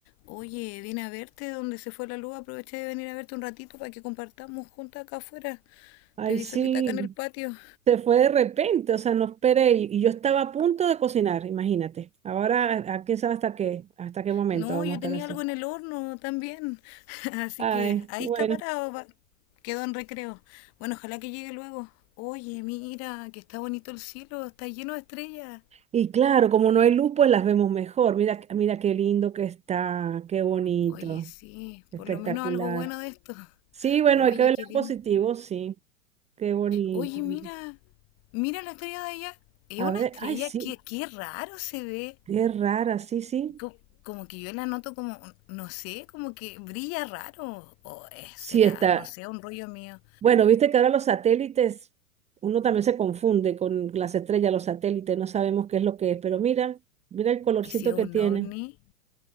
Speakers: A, on the left (about 35°); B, on the right (about 15°).
A: Oye, vine a verte donde se fue la luz. Aproveché de venir a verte un ratito para que compartamos juntas acá afuera.
B: Ay,
A: Te vi
B: sí,
A: solita acá en el patio.
B: se fue de repente, o sea, no esperé y, y yo estaba a punto de cocinar, imagínate. Ahora, a, a quién sabe hasta qué, hasta qué momento
A: No,
B: vamos
A: yo
B: a estar
A: tenía
B: así.
A: algo en el horno también. <laughs> Así
B: Ay,
A: que ahí
B: bueno.
A: está parado. va- Quedó en recreo. Bueno, ojalá que llegue luego. Oye, mira, que está bonito el cielo. Está lleno de estrellas.
B: Y claro, como no hay luz, pues las vemos mejor. Mira, mira qué lindo que está, qué bonito,
A: Oye, sí,
B: espectacular.
A: por lo menos algo bueno de esto.
B: Sí, bueno,
A: Oye,
B: hay que verlo
A: qué
B: en
A: lindo.
B: positivo, sí. Qué bonito,
A: Oye, mira,
B: mira.
A: mira la estrella de allá. Es
B: A
A: una
B: ver,
A: estrella,
B: ay, sí,
A: qué, qué raro se ve.
B: qué rara, sí, sí.
A: co- como que yo la noto como, no sé, como que brilla raro. O eh,
B: Sí
A: será,
B: está.
A: no sé, un rollo mío.
B: Bueno, viste que ahora los satélites, uno también se confunde con las estrellas, los satélites, no sabemos qué es lo que es, pero mira, mira el colorcito
A: Y si es
B: que
A: un
B: tiene.
A: ovni,